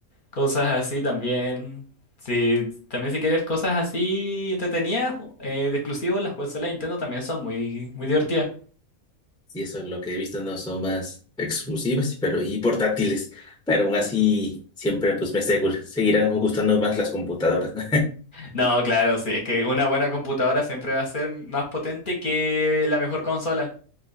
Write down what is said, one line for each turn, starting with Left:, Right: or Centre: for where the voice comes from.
Left: cosas así también. Sí, también si quieres cosas así entretenidas, ju- eh, de exclusivos, las consolas de Nintendo también son muy, muy divertidas.
Centre: Sí, eso es lo que he visto, no son más exclusivas, pero y portátiles. Pero aún así, siempre pues me seguro, seguirán gustando más las computadoras, ¿no?
Left: No, claro, sí, es que una buena computadora siempre va a ser más potente que la mejor consola.